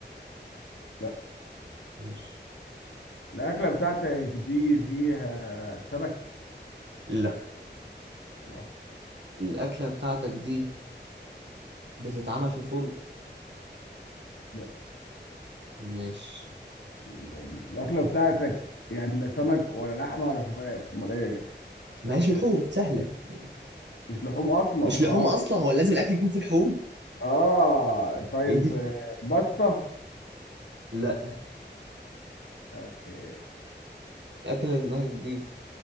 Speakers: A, on the left; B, on the right.
A: لا
B: ماشي
A: الأكلة بتاعتك دي فيها سمك؟
B: لا
A: الله
B: الأكلة بتاعتك دي بتتعمل في الفرن
A: لا
B: ماشي
A: يبقى دي الأكلة بتاعتك يعني لا سمك ولا لحمة ولا فراخ أمال إيه؟
B: ماهيش لحوم سهلة يعني
A: مش لحوم أصلا
B: مش لحوم
A: أه
B: أصلا هو لازم الأكل يكون في لحوم
A: آه طيب
B: إيه ده
A: آه، باستا
B: لا
A: أوكي
B: الأكلة اللي في دماغك دي